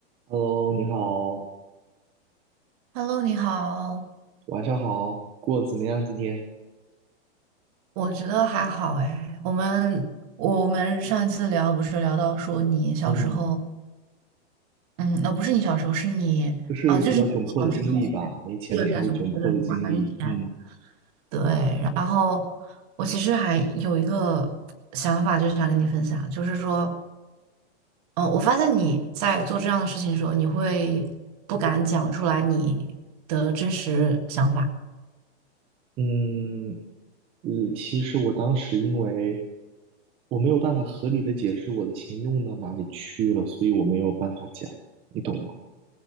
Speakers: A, on the right (about 15°); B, on the right (about 30°).
A: Hello，你好，
B: Hello，你好，
A: 晚上好，过得怎么样？今天，
B: 我觉得还好哎。我们我们上一次聊不是聊到说你小时候，
A: 嗯，
B: 嗯，呃，不是你小时候，是你啊，
A: 就是比较窘迫的经历吧，
B: 就是你小时候会对比较喜欢或者关于钱。
A: 没钱的时候窘迫的经历，嗯
B: 对，然后我其实还有一个想法，就是想跟你分享，就是说，嗯，我发现你在做这样的事情的时候，你会不敢讲出来你的真实想法，
A: 嗯呃，其实我当时因为我没有办法合理的解释我的钱用到哪里去了，所以我没有办法讲，你懂吗？